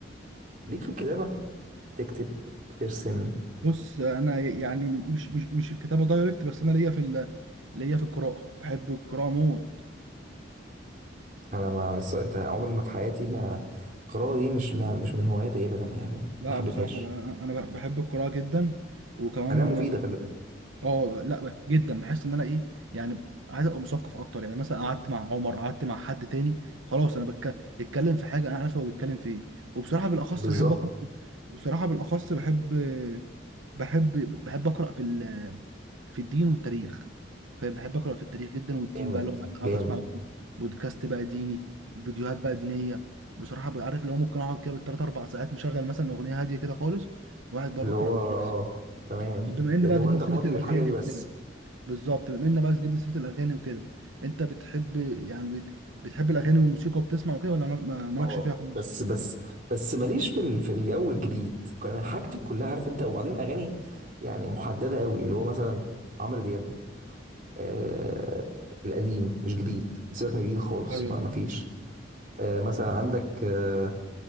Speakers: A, on the right; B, on the right.
A: ليك في الكتابة تكتب ترسم
B: بص انا يعني مش مش مش الكتابه دايركت بس انا ليا في ال... ليا في القراءه بحب القراءه موت
A: انا ما الص- انت عمري ما في حياتي ما القراءة دي مش ما مش من هواياتي ابدا يعني
B: لا
A: ما حبيتهاش
B: بصراحة بقى أنا ب- بحب القراءة جدا وكمان
A: انا مفيدة خلي بالك
B: اه لا ب- جدا بحس إن أنا إيه يعني ب- عايز أبقى مثقف أكتر يعني مثلا قعدت مع عمر قعدت مع حد تاني خلاص أنا بتك- بتكلم في حاجة أنا عارف هو بيتكلم في إيه وبصراحة بالأخص
A: بالظبط
B: بحب أقرأ في- بصراحة بالأخص بحب بحب بحب أقرأ في ال... في الدين والتاريخ فاهم بحب أقرأ في التاريخ جدا والدين
A: جامد
B: بقى اللي هو أقعد
A: جامد
B: أسمع بقى بودكاست بقى ديني فيديوهات بقى دينية بصراحه بقى عارف اللي هو ممكن اقعد كده بالثلاث اربع ساعات مشغل مثلا اغنيه هاديه كده خالص وقاعد بقى
A: اللي
B: بقرا
A: هو
B: من
A: اه
B: نفسي.
A: تمام
B: طب بما ان
A: اللي
B: بقى
A: هو
B: جبنا
A: انت
B: سيره
A: فاضي
B: الاغاني
A: للحاجه دي
B: وكده
A: بس
B: بالظبط بما ان بقى جبنا سيره الاغاني وكده انت بتحب يعني بت... بتحب الاغاني والموسيقى وبتسمع وكده ولا ما- مالكش
A: اه
B: فيها خالص
A: بس بس بس ماليش في ال- في الجو الجديد كان حاجتي كلها عارف انت وبعدين اغاني يعني محدده قوي اللي هو مثلا عمرو دياب آه القديم مش جديد سيبك من جديد خالص
B: ايوه
A: ما ما
B: ايوه
A: فيش آه مثلا عندك آه